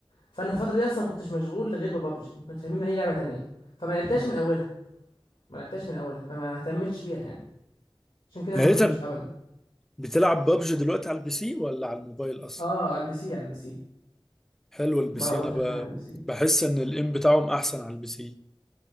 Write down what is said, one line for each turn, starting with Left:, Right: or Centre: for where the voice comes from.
Left: فانا الفتره دي اصلا ما كنتش مشغول غير ببجي ما كنتش هممني اي لعبه تانية فما لعبتهاش
Centre: مم.
Left: من اولها ما لعبتهاش من اولها فما اهتمتش بيها يعني عشان كده ما
Centre: هي
Left: بحبش
Centre: طب
Left: العبها دلوقتي
Centre: بتلعب بابجي دلوقتي على البي سي ولا على الموبايل اصلا
Left: اه على البي سي على البي سي
Centre: حلو البي
Left: بقى
Centre: سي
Left: ببجي
Centre: انا ب...
Left: حاليا على البي سي
Centre: بحس ان الام بتاعهم احسن على البي سي